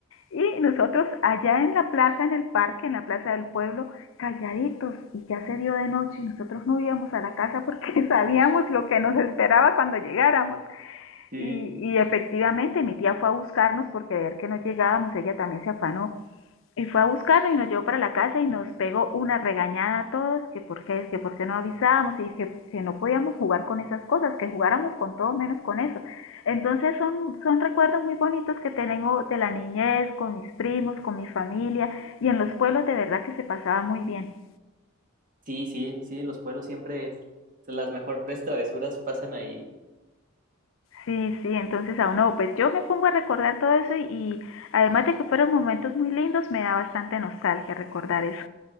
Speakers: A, on the left; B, on the right.
A: Y nosotros allá en la plaza, en el parque, en la plaza del pueblo, calladitos y ya se dio de noche y nosotros no íbamos a la casa porque <laughs> sabíamos lo que nos esperaba cuando llegáramos.
B: sí,
A: Y, y efectivamente mi tía fue a buscarnos porque de ver que no llegábamos ella también se afanó y fue a buscarnos y nos llevó para la casa y nos pegó una regañada a todos, que por qué, que por qué no avisábamos y que, que no podíamos jugar con esas cosas, que jugáramos con todo menos con eso. Entonces son, son recuerdos muy bonitos que tengo de la niñez, con mis primos, con mi familia y en los pueblos de verdad que se pasaba muy bien.
B: sí, sí, sí, los pueblos siempre, es- las mejores travesuras pasan ahí.
A: Sí, sí, entonces a uno, pues yo me pongo a recordar todo eso y, y además de que fueron momentos muy lindos, me da bastante nostalgia recordar eso.